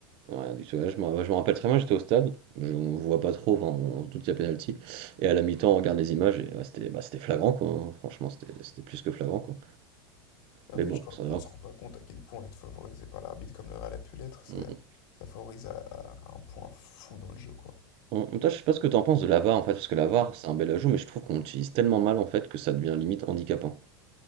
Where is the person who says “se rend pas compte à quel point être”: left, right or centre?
Left